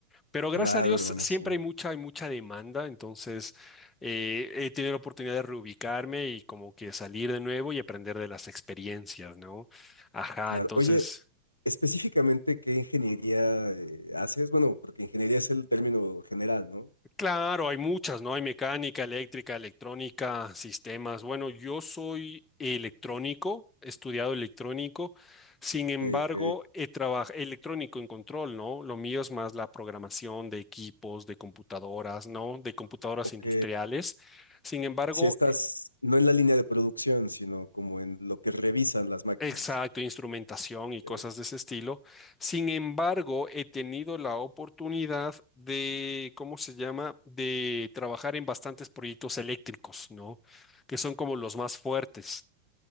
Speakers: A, on the left (about 15°); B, on the left (about 80°).
A: pero gracias
B: claro,
A: a Dios
B: hermano,
A: siempre
B: sí.
A: hay mucha, hay mucha demanda, entonces eh, he tenido la oportunidad de reubicarme y como que salir de nuevo y aprender de las experiencias, ¿no? Ajá,
B: Claro.
A: entonces...
B: Oye, específicamente, ¿qué ingeniería eh, haces? Bueno, porque ingeniería es el término general, ¿no?
A: Claro, hay muchas, ¿no? Hay mecánica, eléctrica, electrónica, sistemas. Bueno, yo soy electrónico, he estudiado electrónico, sin
B: Ok,
A: embargo,
B: ok.
A: he trabajado electrónico en control, ¿no? Lo mío es más la programación de equipos, de computadoras, ¿no? De computadoras
B: Ok,
A: industriales. Sin embargo,
B: Si estás
A: e-,
B: no en la línea de producción, sino como en lo que revisan las máquinas.
A: Exacto, instrumentación y cosas
B: Eh,
A: de ese estilo. Sin embargo, he tenido la oportunidad de, ¿cómo se llama?, de trabajar en bastantes proyectos eléctricos, ¿no? Que son como los más fuertes.